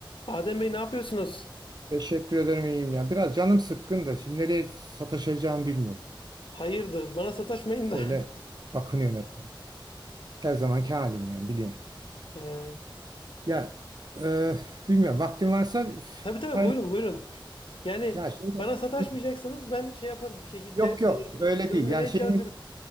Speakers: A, on the left; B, on the right.
A: Adem Bey ne yapıyorsunuz?
B: Teşekkür ederim iyiyim ya. Biraz canım sıkkın da şimdi nereye sataşacağımı bilmiyorum.
A: Hayırdır, bana sataşmayın
B: Şöyle
A: da. <laughs>
B: bakınıyorum etmeye. Her zamanki halim yani biliyorum.
A: Ee,
B: Ya e, bilmiyorum vaktin varsa
A: tabii tabii
B: paylaş.
A: buyurun buyurun. Yani
B: Ya şeyde
A: bana sataşmayacaksanız
B: Hı.
A: ben şey yaparım bir şekilde
B: yok yok öyle
A: e,
B: değil.
A: <laughs> önlemeye
B: Yani şeyim
A: çalışırım.